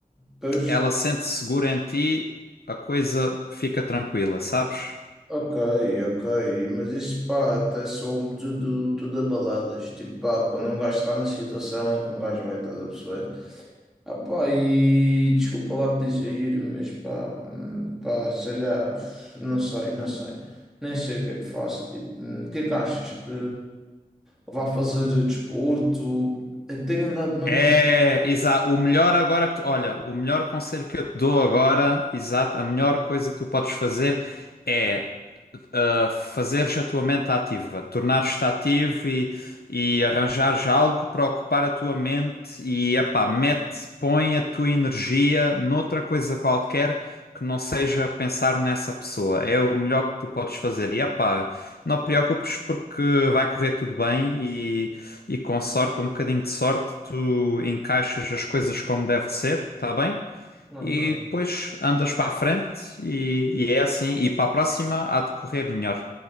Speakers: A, in the centre; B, on the left (about 85°).
A: Pois,
B: ela sente-se segura em ti, a coisa fica tranquila, sabes?
A: Ok, ok, mas isso pá, até soa tudo, tudo a balelas. Tipo, pá, quando um gajo está na situação é que um gajo vai, estás a perceber? Ah pá, e desculpa lá te dizer, mas pá, hum, pá, sei lá, não sei, não sei, nem sei o que é que faço. Tipo, hum, o que é que achas que vá fazer desporto? Eu tenho andado mesmo
B: É,
A: raivoso.
B: exato. O melhor agora que tu, olha, o melhor conselho que eu te dou agora, exato, a melhor coisa que tu podes fazer é uh, fazeres a tua mente ativa, tornares-te ativo e, e arranjares algo para ocupar a tua mente e, epá, mete, põe a tua energia noutra coisa qualquer que não seja pensar nessa pessoa. É o melhor que tu podes fazer. E, epá, não te preocupes porque vai correr tudo bem e e com sorte, com um bocadinho de sorte, tu encaixas as coisas como deve de ser, tá bem?
A: Ok,
B: E depois andas para a frente e, e é assim. E para a próxima há de correr melhor.